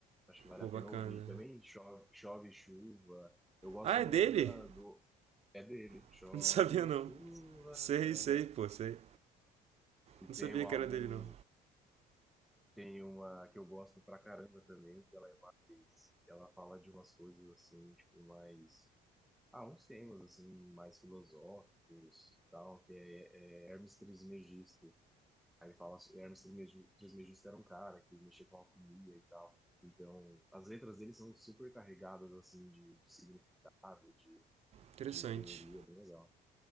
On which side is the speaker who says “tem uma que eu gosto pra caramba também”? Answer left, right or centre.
Centre